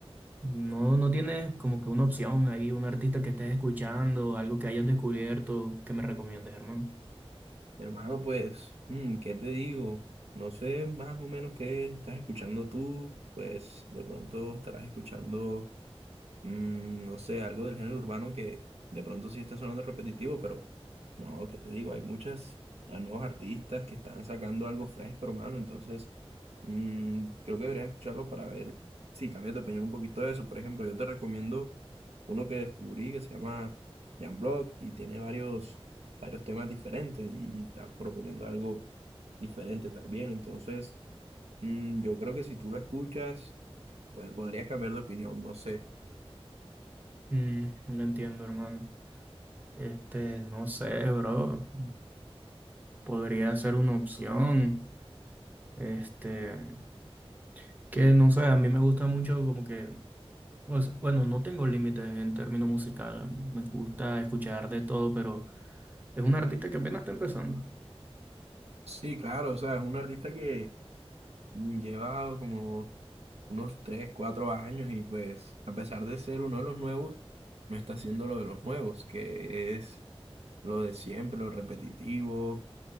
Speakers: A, on the right; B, on the right.
A: No, no tienes como que una opción ahí, un artista que estés escuchando, algo que hayas descubierto que me recomiendes, hermano.
B: Hermano, pues, mm, ¿qué te digo? No sé más o menos qué estás escuchando tú. Pues de pronto estarás escuchando, mm, no sé, algo del género urbano que de pronto sí está sonando repetitivo, pero no, ¿qué te digo? Hay muchas a nuevos artistas que están sacando algo fresco, hermano. Entonces, mm, creo que deberías escucharlo para ver si cambias de opinión un poquito de eso. Por ejemplo, yo te recomiendo. uno que descubrí que se llama Jan Block y tiene varios, varios temas diferentes y está proponiendo algo diferente también. Entonces, mm, yo creo que si tú lo escuchas, pues podrías cambiar de opinión, no sé.
A: Mm, no entiendo, hermano. Este, no sé, bro. Podría ser una opción. Este. Que no sé, a mí me gusta mucho como que, pues, bueno, no tengo límites en términos musicales. Me gusta escuchar de todo, pero es un artista que apenas está empezando.
B: Sí, claro, o sea, es un artista que mm, lleva como unos 3 4 años y pues a pesar de ser uno de los nuevos, no está haciendo lo de los nuevos, que es lo de siempre, lo repetitivo